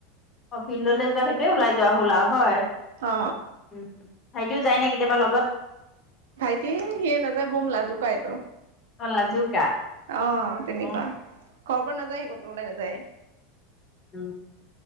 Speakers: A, on the left; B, on the right.
A: অ, ফিল্ডলৈ যোৱা সেইটোয়ে ওলাই যোৱা হ'ল আৰু হয়।
B: অ
A: উ, ভাইটিও যায় ন? কেতিয়াবা লগত।
B: ভাইটি সিয়ে নাযায় বম লাজুক এইটো।
A: অ, লাজুকা।
B: অ, তেনেকুৱা
A: অ
B: ঘৰৰ পৰা নাযায় ক'তো ওলাই নাযায়ে।
A: উ,